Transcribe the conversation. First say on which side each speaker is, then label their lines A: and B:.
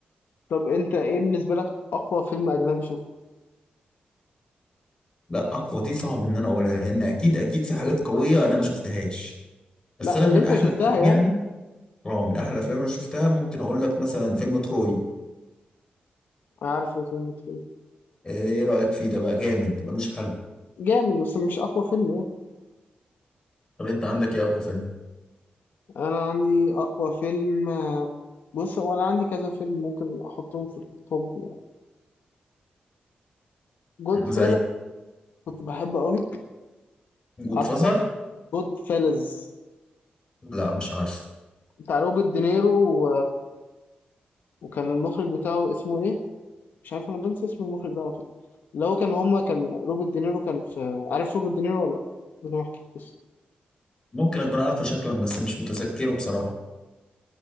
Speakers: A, on the left (about 80°); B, on the left (about 25°).
A: طب أنت إيه بالنسبة لك أقوى فيلم أجنبي شفته؟
B: لا اقوى دي صعب ان انا اقولها لان اكيد اكيد في حاجات قويه انا ما شفتهاش بس
A: لا
B: انا
A: اللي
B: من
A: أنت
B: احلى
A: شفتها
B: الافلام
A: يعني
B: يعني اه من احلى الافلام اللي انا شفتها ممكن اقول لك مثلا فيلم تروي
A: عارفه فيلم ترو
B: آه، ايه رايك فيه ده بقى جامد ملوش حل
A: جامد بس مش أقوى فيلم يعني
B: طب انت عندك ايه اقوى فيلم
A: انا عندي اقوى فيلم بص هو انا عندي كذا فيلم ممكن احطهم في التوب يعني جود
B: يعني
A: فيلز
B: زي
A: كنت بحبه قوي
B: جود
A: عارفه
B: فازر
A: جود فيلز
B: لا مش عارف
A: بتاع روبرت دينيرو و... وكان المخرج بتاعه اسمه ايه مش عارف انا بنسى اسم المخرج ده على طول اللي هو كان هما كان روبرت دينيرو كان في عارف روبرت دينيرو ولا لا بدون ما احكي بص
B: ممكن اكون عارفه شكلا بس مش متذكره بصراحه